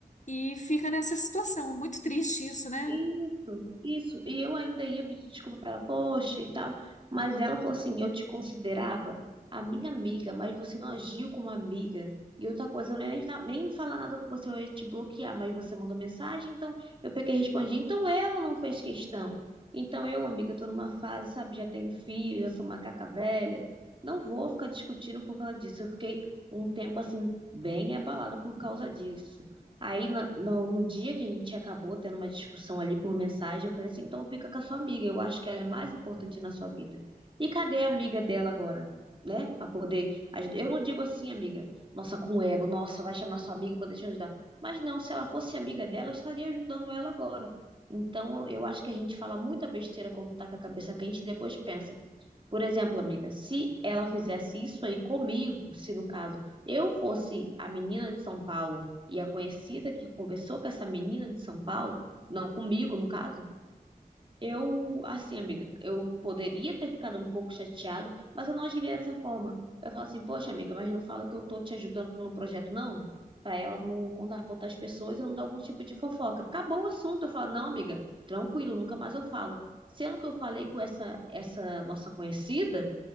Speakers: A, on the left (about 50°); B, on the right (about 35°).
A: e fica nessa situação. É Muito triste isso, né?
B: Isso, isso. E eu ainda ia pedir desculpa pra ela, poxa e tal. Mas ela falou assim: eu te considerava a minha amiga, mas você não agiu como amiga. E outra coisa, eu nem, nem falar nada com você, eu ia te bloquear, mas você mandou mensagem, então eu peguei e respondi. Então ela não fez questão. Então eu, amiga, tô numa fase, sabe, já tenho filho, já sou macaca velha. Não vou ficar discutindo por causa disso. Eu fiquei um tempo assim, bem abalada por causa disso. Aí, no, no, no dia que a gente acabou tendo uma discussão ali por mensagem, eu falei assim: então fica com a sua amiga, eu acho que ela é mais importante na sua vida. E cadê a amiga dela agora? Né? Pra poder ajudar. Eu não digo assim, amiga, nossa, com ego, nossa, vai chamar sua amiga pra poder te ajudar. Mas não, se ela fosse amiga dela, eu estaria ajudando ela agora. Então, eu acho que a gente fala muita besteira quando tá com a cabeça quente e depois pensa. Por exemplo, amiga, se ela fizesse isso aí comigo, se no caso eu fosse a menina de São Paulo e a conhecida que conversou com essa menina de São Paulo, não comigo, no caso, eu, assim, amiga, eu poderia ter ficado um pouco chateado, mas eu não agiria dessa forma. Eu falo assim, poxa, amiga, mas não fala que eu tô te ajudando no projeto, não? Pra ela não contar pra outras pessoas e não dar algum tipo de fofoca. Acabou o assunto. Eu falo, não, amiga, tranquilo, nunca mais eu falo. Sendo que eu falei com essa, essa nossa conhecida.